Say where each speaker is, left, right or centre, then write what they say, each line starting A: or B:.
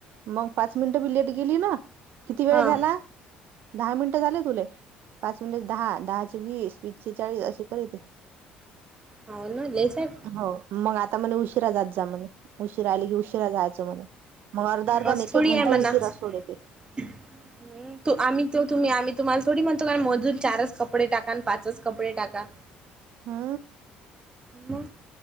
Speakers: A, on the right (about 65°); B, on the right (about 25°).
A: मग पाच मिनिटं बी लेट गेली ना किती वेळ
B: हा
A: झाला. दहा मिनटं झाले तुले, पाच मिनटचे दहा, दहाचे वीस, वीसशे चाळीस असे करीत.
B: होन लयच आहेस
A: हो, मग आता म्हणे' उशिरा जात जा' म्हणे, उशिरा आला की उशिरा जाय मग अर्धा-अर्धाने,
B: असं
A: एक-एक
B: थोडी आहे
A: घंटा
B: म्हणा
A: उशीरा सोडते
B: <inaudible> आम्ही तो तुम्ही आम्ही तुम्हाला थोडी म्हणतो, मोजून चारच कपडे टाका आणि पाचच कपडे टाका
A: हा
B: मग